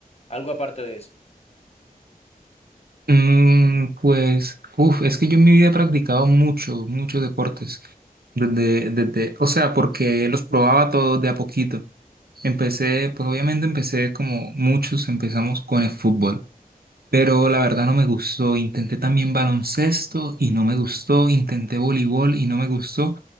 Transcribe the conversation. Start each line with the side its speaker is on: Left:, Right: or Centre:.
Left: Algo aparte de eso.
Right: Mm, pues, uf, es que yo en mi vida he practicado mucho, muchos deportes. Desde, desde, o sea, porque los probaba todos de a poquito. Empecé, pues obviamente empecé como muchos, empezamos con el fútbol. Pero la verdad no me gustó. Intenté también baloncesto y no me gustó. Intenté voleibol y no me gustó.